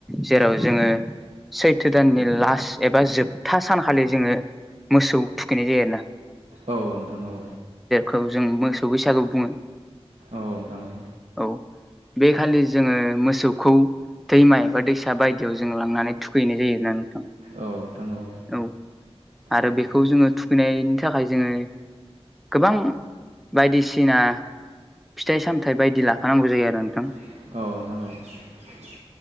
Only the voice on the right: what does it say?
औ नोंथां औ।
औ नोंथां औ।
औ नोंथां औ।
औ
औ नोंथां औ।